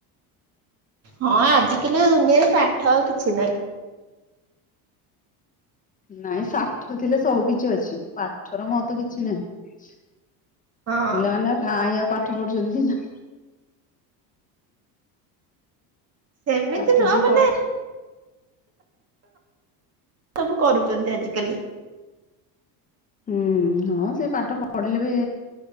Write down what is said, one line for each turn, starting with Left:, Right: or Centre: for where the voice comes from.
Right: ହଁ ଆଜିକାଲି ଦୁନିଆରେ ପାଠ ଆଉ କିଛି ନାଇଁ।
Left: ନାଇଁ ସାଠ ଥିଲେ ସବୁ କିଛି ଅଛି ପାଠର ମହତ କିଛି ନାହିଁ।
Right: ହଁ
Left: ପିଲାମାନେ କାଇଁ ଆଉ ପାଠ ପଢୁଛନ୍ତି ନା।
Right: ସେମିତି
Left: ପାଠ
Right: ନୁହଁ
Left: ଯିଏ
Right: ମାନେ
Left: ପଢୁ
Right: ସବୁ କରୁଛନ୍ତି ଆଜିକାଲି।
Left: ହୁଁ ହଁ ସେ ପାଠ ପଢିଲେ ବି